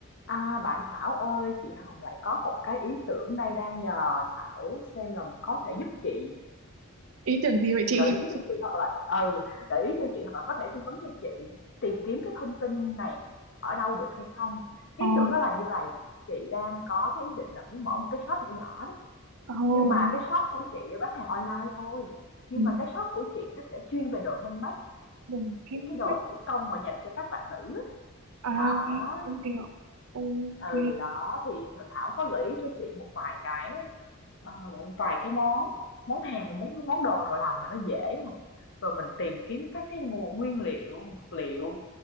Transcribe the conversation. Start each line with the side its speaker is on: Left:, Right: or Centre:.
Left: À, bạn Thảo ơi, chị Hồng lại có một cái ý tưởng đây đang nhờ Thảo xem là có thể giúp chị
Right: ý tưởng gì vậy chị
Left: gợi ý cho chị hoặc là ừ, gợi ý cho chị hoặc là có thể tư vấn cho chị tìm kiếm cái thông tin này ở đâu được hay không. Cái
Right: Ờ,
Left: ý tưởng đó là như vậy, chị đang có cái ý định là muốn mở một cái shop nhỏ nhỏ đó,
Right: oh,
Left: nhưng mà cái shop của chị bán hàng online thôi. Nhưng
Right: ừ,
Left: mà cái shop của chị nó sẽ chuyên về đồ handmade,
Right: đừng em
Left: những cái đồ
Right: bách
Left: thủ công mà dành cho các bạn nữ á.
Right: à
Left: đó.
Right: em em hiểu ok
Left: Ừ đó thì Thảo có gợi ý cho chị một vài cái Ờ, một vài cái món món hàng món món đồ nào làm mà nó dễ nè rồi mình tìm kiếm các cái nguồn nguyên liệu vật liệu